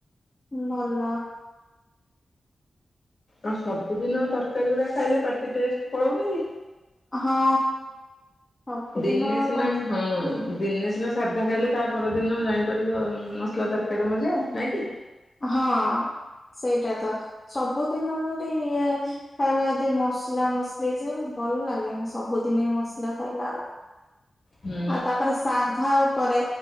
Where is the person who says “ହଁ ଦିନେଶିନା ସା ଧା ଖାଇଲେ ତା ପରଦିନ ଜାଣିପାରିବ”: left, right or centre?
Left